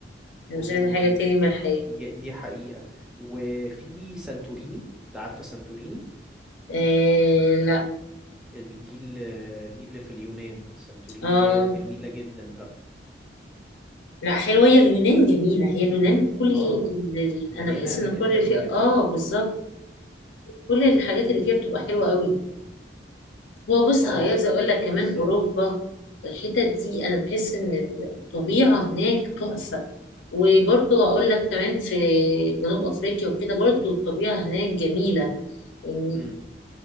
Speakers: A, on the left; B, in the centre.
A: أنا
B: اوه
A: مش عايزة حاجة تاني من الحياة
B: دي دي حقيقة وفي سانتوريني انت عارفة سانتوريني
A: إيه لأ
B: ال- دي اللي دي اللي في اليونان سانتوريني
A: اه
B: ديت جميلة جدا بقى
A: لأ حلوة هي اليونان جميلة هي اليونان كل
B: اه
A: ال-
B: مليانة
A: أنا بحس
B: اماكن
A: إن كل
B: حلوة
A: اللي فيها
B: جدا
A: اه بالظبط كل الحاجات اللي فيها بتبقى حلوة قوي هو بص
B: اه
A: عايزة اقول لك كمان
B: بالظبط
A: اوروبا الحتت دي انا بحس ان الطبيعة هناك تحفة وبرضو اقول لك كمان في جنوب افريقيا وكده برضو الطبيعة هناك جميلة يعني
B: امم